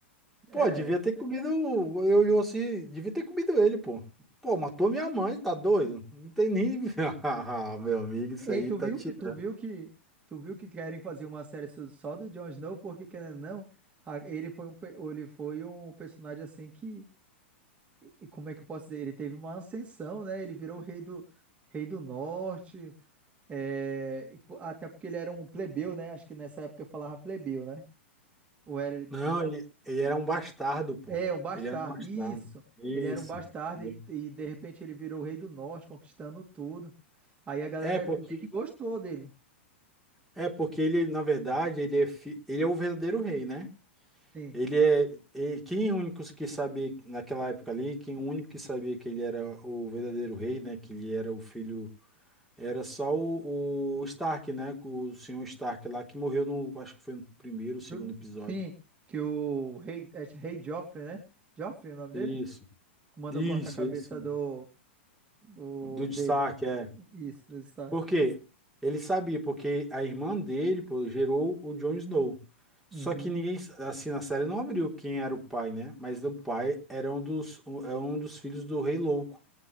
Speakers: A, on the right; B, in the centre.
A: É.
B: Pô, devia ter comido o- eu e Yossi, devia ter comido ele, pô. Pô, matou minha mãe, tá doido? Não tem nem. <laughs> Ah, Meu amigo, isso
A: Ei,
B: aí
A: tu
B: tá
A: viu
B: tirando.
A: que tu viu que tu viu que querem fazer uma série só só do Jon Snow porque querendo ou não, a- ele foi um pe- ele foi um personagem assim que e como é que eu posso dizer? Ele teve uma ascensão, né? Ele virou o rei do rei do norte. é, e po- até porque ele era um plebeu, né? Acho que nessa época eu falava plebeu, né? Ou era
B: Não, ele, ele era um bastardo, pô.
A: É, um bastardo,
B: Ele era um bastardo.
A: isso.
B: Isso.
A: Ele era um bastardo
B: né?
A: e, e, de repente ele virou o rei do norte, conquistando tudo. Aí a galera
B: É porque,
A: meio que gostou dele.
B: é porque ele, na verdade, ele é, fi- ele é o verdadeiro rei, né?
A: Sim,
B: Ele é, e quem é o único que sabia naquela época ali, quem é o único que sabia que ele era o verdadeiro rei, né? Que ele era o filho Era só o, o Stark, né? O senhor Stark lá que morreu no, acho que foi no primeiro, segundo
A: Prim-
B: episódio.
A: sim, que o rei, é, rei Joffrey, né? Joffrey é o nome dele?
B: Isso,
A: Mandou
B: isso,
A: cortar a cabeça
B: isso.
A: do, do
B: Do
A: dele.
B: destaque, é.
A: Isso, do Stark.
B: Por quê? Ele sabia, porque a irmã dele, pô, gerou o Jon Snow. Só
A: Uhum.
B: que ninguém, assim, na série não abriu quem era o pai, né? Mas o pai era um dos, um, é um dos filhos do Rei Louco,